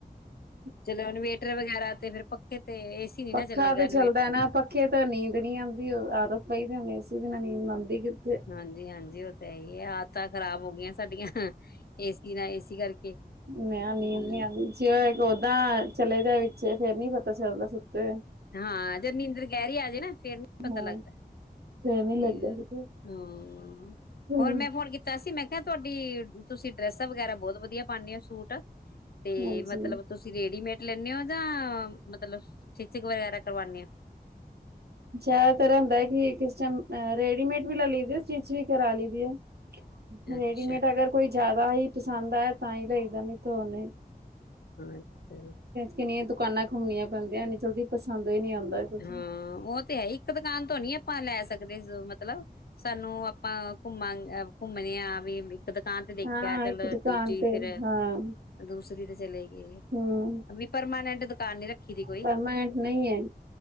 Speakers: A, on the right (about 80°); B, on the left (about 70°).
A: <unintelligible>
B: ਚਲੋ, ਇਨਵੇਟਰ ਵਗੈਰਾ ਤੇ ਫਿਰ ਪੱਖੇ ਤੇ ਏਸੀ। ਨੀ
A: ਪੱਖਾ
B: ਨਾ ਚੱਲੇਗਾ
A: ਤੇ
B: ਇਨਵੇਟਰ
A: ਚੱਲਦਾ ਨਾ ਪੱਖੇ ਤਾਂ ਨੀਂਦ ਨਹੀਂ ਆਉਂਦੀ ਉਹ ਆਦਤ ਪਈਦੀ ਹੁੰਦੇ। ਇਦੇ ਨਾਲ ਨੀਦ ਆਦੀ ਕਿਥੇ
B: ਹਾਂਜੀ ਹਾਂਜੀ ਉਹ ਤਾਂ ਇਹੀ ਹੈ ਆਦਤਾਂ ਖ਼ਰਾਬ ਹੋ ਗਈਆਂ ਸਾਡੀਆਂ। ਏਸੀ ਨਾ ਏਸੀ ਕਰਕੇ ਹੂੰ
A: ਮੈਂ ਨੀਂਦ ਨੀ ਆਂਦੀ ਓਦਾਂ ਚਲੇ ਜਾਏ, ਵਿੱਚ ਫੇਰ ਨੀ ਪਤਾ ਚੱਲਦਾ ਸੁੱਤੇ ਹੋਏ।
B: ਹਾਂ ਜੇ ਨੀਂਦਰ ਗਹਿਰੀ ਆਜੇ, ਨਾ ਫੇਰ ਨਹੀਂ
A: ਹਾਂ
B: ਪਤਾ ਲੱਗਦਾ
A: ਫੇਰ ਨੀ
B: ਤੇ
A: ਲੱਗਦਾ ਕਿਤੇ
B: ਹੂੰ,
A: ਹੂੰ
B: ਹੋਰ ਮੈਂ ਫੋਨ ਕੀਤਾ। ਮੈਂ ਕਿਹਾ, ਤੁਹਾਡੀ ਤੁਸੀਂ ਡਰੈਸਾਂ ਵਗੈਰਾ ਬਹੁਤ ਵਧੀਆ ਪਾਉਂਦੇ ਹੋ ਸੂਟ। ਤੇ
A: ਹਾਂਜੀ।
B: ਮਤਲਬ ਤੁਸੀਂ ਰੇਡੀਮੇਡ ਲੈਂਦੇ ਹੋ ਜਾਂ, ਮਤਲਬ ਸਟਿਚਿੰਗ ਵਗੈਰਾ ਕਰਵਾਉਂਦੇ ਹੋ?
A: ਅੱਛਾ ਤੇਰਾ ਹੁੰਦਾ, ਕਿ ਕਿਸ ਟਾਈਮ ਰੇਡੀਮੇਡ ਵੀ ਲੈ ਲਈ ਦੀ ਸਟਿਚ ਵੀ ਕਰਾ ਲਈਦੀ ਹੈ।
B: <unintelligible>
A: ਰੇਡੀਮੇਡ
B: ਅੱਛਾ
A: ਅਗਰ ਕੋਈ ਜ਼ਿਆਦਾ ਹੀ ਪਸੰਦ ਆਇ ਤਾਂ ਹੀ ਲਈਦਾ ਨੀ ਧੋਨੇ
B: ਅੱਛਾ
A: ਕਿੰਨੀਆਂ ਦੁਕਾਨਾਂ ਘੁੰਮਣੀਆਂ ਪੈਂਦੀਆਂ, ਇਨੀ ਜਲਦੀ ਪਸੰਦ ਹੀ ਨੀ ਆਉਂਦਾ। ਕੁਛ।
B: ਹਾਂ ਉਹ ਤੇ ਹੈ, ਇੱਕ ਦੁਕਾਨ ਤੋਂ ਨੀ ਆਪਾਂ ਲੈ ਸਕਦੇ ਮਤਲਬ ਸਾਨੂੰ ਆਪਾਂ ਘੁੰਮਾਂ ਘੁੰਮਣੇ ਹਾਂ ਵੀ। ਇੱਕ ਦੁਕਾਨ ਤੇ ਦੇਖਿਆ,
A: ਹਾਂ
B: ਚਲ
A: ਇੱਕ ਦੁਕਾਨ
B: ਦੂਜੀ
A: ਤੇ
B: ਫੇਰ।
A: ਹਾਂ
B: ਦੂਸਰੀ ਤੇ ਚਲੇ ਗਈ,
A: ਹੂੰ
B: ਵੀ ਪਰਮਾਨੈਂਟ ਦੁਕਾਨ ਨੀ ਰੱਖੀ ਦੀ ਕੋਈ।
A: ਪਰਮਾਨੈਂਟ ਨਹੀਂ ਹੈ,